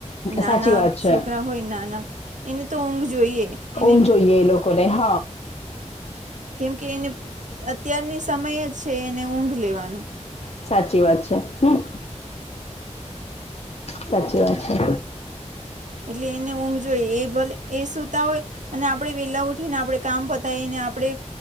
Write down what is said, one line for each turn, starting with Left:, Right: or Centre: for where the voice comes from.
Right: નાના
Left: સાચી વાત છે.
Right: છોકરા હોય નાના એને તો ઊંઘ જોઈએ એને
Left: ઉધ જોઈએ એ લોકોને, હ,
Right: કેમ કે એને અત્યારની સમય જ છે, એને ઊંઘ લેવાનું
Left: સાચી વાત છે, હમ, સાચી વાત છે.
Right: એટલે એને ઊંઘ જોઈએ, એ ભલે એ સુતા હોય. અને આપણે વેલા ઉઠીને આપણે કામ પતાઈને આપણે